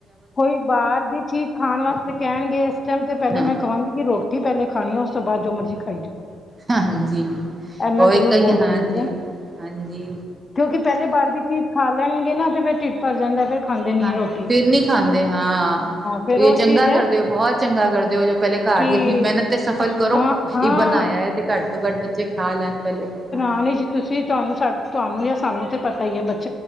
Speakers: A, on the left; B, on the right.
A: ਕੋਈ ਬਾਰ ਦੀ ਚੀਜ਼ ਖਾਣ ਵਾਸਤੇ
B: ਨੇ।
A: ਕੈਣਗੇ ਇਸ ਟੈਮ ਤੇ ਪੈਲੇ
B: ਹਾਂ,
A: ਮੈਂ ਕਵਾਂਗੀ ਕੀ ਰੋਟੀ ਪੈਲੇ ਖਾਣੀ ਤੇ ਉਸ ਤੋਂ ਬਾਦ ਜੋ ਮਰਜ਼ੀ ਖਾਈ ਜਾਓ।
B: ਹਾਂਜੀ
A: ਇੰਨਾ
B: ਓਈ
A: ਜ਼ਰੂਰ
B: ਕਈ
A: ਬੋਲ
B: ਹਾਂਜੀ-ਹਾਂਜੀ।
A: ਦੇਣਗੇ ਕਿਉਂਕਿ ਪੇਲੇ ਬਾਰ ਦੀ ਚੀਜ਼ ਖਾ ਲੈਣਗੇ ਨਾ ਤੇ ਫੇਰ ਢਿੱਟ ਭਰ ਜਾਂਦਾ, ਫੇਰ ਖਾਂਦੇ ਨੀ
B: ਹਾਂ
A: ਐ ਰੋਟੀ।
B: ਫਿਰ ਨਹੀਂ ਖਾਂਦੇ ਹਾਂ
A: ਫਿਰ
B: ਏ
A: ਉਹ
B: ਚੰਗਾ
A: ਚੀਜ਼ ਹੈ
B: ਕਰਦੇ ਓ ਬੋਹਤ ਚੰਗਾ ਕਰਦੇ ਓ ਜੋ ਪੈਲੇ ਘਰ
A: ਕਿ
B: ਦੀ ਆਪਣੀ ਮਿਹਨਤ ਤੇ ਸਫਲ ਕਰੋ
A: ਹਾਂ ਹਾਂ
B: ਈ ਬਣਾਇਆ। ਘੱਟ ਤੋਂ ਘੱਟ ਬੱਚੇ ਖਾ ਲੈਣ ਪੈਲੇ ਹਾਂ।
A: <unintelligible> ਜੀ ਤੁਸੀਂ ਤੁਹਾਨੂੰ ਸਾ ਤੁਹਾਨੂੰ ਜਾਂ ਸਾਨੂੰ ਤੇ ਪਤਾ ਈ ਐ ਬ